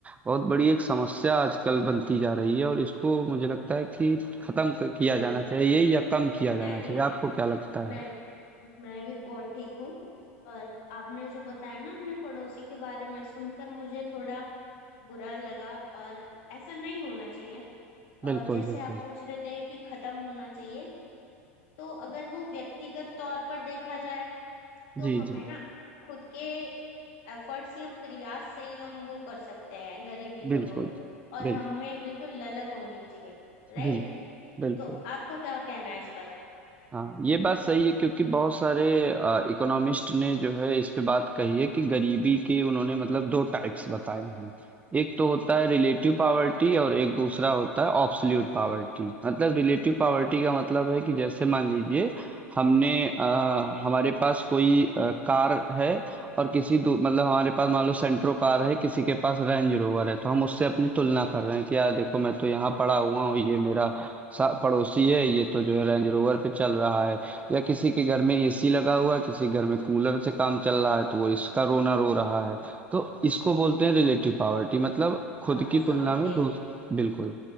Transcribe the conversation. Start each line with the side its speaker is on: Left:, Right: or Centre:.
Right: बहुत बड़ी एक समस्या आजकल बनती जा रही है और इसको मुझे लगता है कि खत्म
Left: बिल्कुल
Right: क- किया जाना चाहिए या कम किया
Left: मैं
Right: जाना चाहिए
Left: भी
Right: आपको क्या लगता
Left: मैं
Right: है
Left: मैं भी बहुत ठीक हूँ और आपने जो बताया ना अपने पड़ोसी के बारे में सुनकर मुझे थोड़ा बुरा लगा और ऐसा नहीं होना चाहिए और
Right: बिल्कुल,
Left: जैसे
Right: बिल्कुल।
Left: आप पूछ रहे थे कि खत्म होना चाहिए तो अगर वो व्यक्तिगत तौर पर देखा जाए तो
Right: जी,
Left: हमें
Right: जी।
Left: ना खुद के एफर्ट्स या प्रयास से ही हम वो कर सकते हैं गरीबी
Right: बिल्कुल,
Left: को दूर और
Right: बिल्कुल,
Left: हमें बिल्कुल ललक होनी चाहिए राइट
Right: बिल्कुल, बिल्कुल।
Left: तो आपका क्या कहना है इस पर
Right: हाँ ये बात सही है क्योंकि बहुत सारे इकोनॉमिस्ट ने जो है इस पे बात कही है कि गरीबी के उन्होंने मतलब दो टाइप्स बताए हैं एक तो होता है रिलेटिव पावर्टी और एक दूसरा होता है ऑब्सोल्यूट पावर्टी मतलब रिलेटिव पावर्टी का मतलब है कि जैसे मान लीजिए हमने अ, हमारे पास कोई अ, कार है और किसी दू- मतलब हमारे पास मान लो सेंट्रो कार है किसी के पास रेंज रोवर है तो हम उससे अपनी तुलना कर रहे हैं कि यार देखो मैं तो यहाँ पड़ा हुआ हूँ ये मेरा सा पड़ोसी है ये तो जो है रेंज रोवर पे चल रहा है या किसी के घर में एसी लगा हुआ है किसी के घर में कूलर से काम चल रहा है तो वो इसका रोना रो रहा है तो इसको बोलते हैं रिलेटिव पावर्टी मतलब खुद
Left: हाँ
Right: की
Left: समझ
Right: तुलना में
Left: गए
Right: दूस बिल्कुल